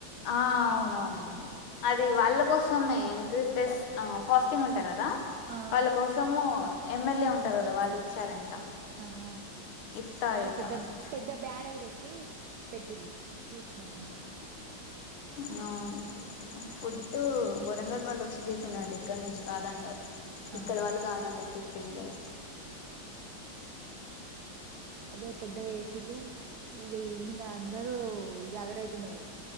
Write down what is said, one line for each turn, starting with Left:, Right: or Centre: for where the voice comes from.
Left: ఆ అవునవునవును అది వాళ్ళ కోసమే ఏంటిది, ఫెస్ ఆ ఫాస్టింగ్ ఉంటారు కదా.
Right: ఆ
Left: వాళ్ళ కోసము ఎమ్మెల్యే ఉంటారు కదా వాళ్ళు ఇచ్చారంట.
Right: ఆహా
Left: ఇఫ్తార్ దావత్
Right: పెద్ద పెద్ద బ్యానర్ పె ట్టి పెట్టిల్లు చూస్నా నిన్ననే
Left: నౌను ఫుడ్డు
Right: మంచిగా
Left: వరంగల్
Right: చేసిళ్ళు
Left: వాళ్ళ వచ్చి చేసినండి. ఇక్కన్నుంచి కాదంట ఇక్కడ
Right: ఆహా
Left: వాళ్ళు కాదంట తిప్ ఇంగల
Right: అదే పెద్ద ఏసీలు ఇంగ ఈవినింగ్ అందరు గ్యాదర్ అయితున్నారు.